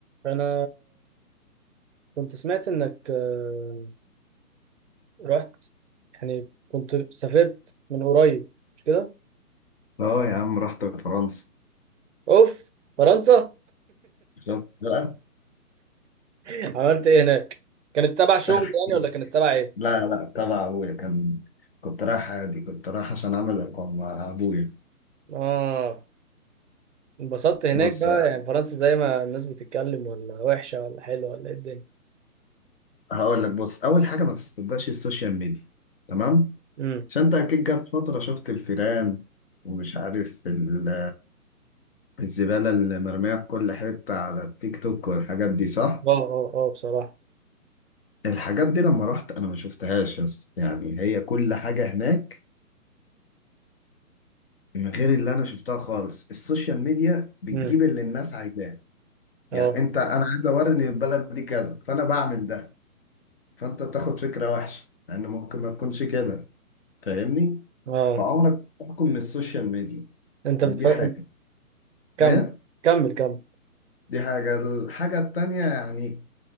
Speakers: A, on the right (about 50°); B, on the left (about 40°).
A: انا كنت سمعت انك آه، رحت يعني كنت سافرت من قريب مش كده
B: اه يا عم رحت فرنسا
A: اوف فرنسا
B: شفت بقى
A: <laughs> عملت ايه هناك كانت تبع شغل
B: <laughs> احكي
A: يعني
B: لك
A: ولا كانت تبع ايه
B: لا لا تبع ابويا كان كنت رايح عادي كنت رايح عشان اعمل اقامه مع ابويا
A: اه انبسطت هناك
B: بص
A: بقى يعني فرنسا زي ما الناس بتتكلم ولا وحشة ولا حلوة ولا ايه الدنيا
B: هقول لك بص اول حاجه ما تصدقش السوشيال ميديا تمام
A: امم
B: عشان انت اكيد جت فتره شفت الفيران ومش عارف ال- الزباله اللي مرميه في كل حته على التيك توك والحاجات دي صح
A: اه اه اه بصراحة
B: الحاجات دي لما رحت انا ما شفتهاش يس. يعني هي كل حاجه هناك من غير اللي انا شفتها خالص السوشيال ميديا بتجيب
A: امم
B: اللي الناس عايزاه يعني
A: اه
B: انت انا عايز اوري ان البلد دي كذا فانا بعمل ده فانت تاخد فكره وحشه لان ممكن ما تكونش كده فاهمني
A: اه
B: فعمرك ما تحكم من السوشيال ميديا
A: انت
B: دي
A: بتفكر
B: حاجه
A: كمل
B: هي
A: كمل كمل
B: دي حاجه الحاجه التانيه يعني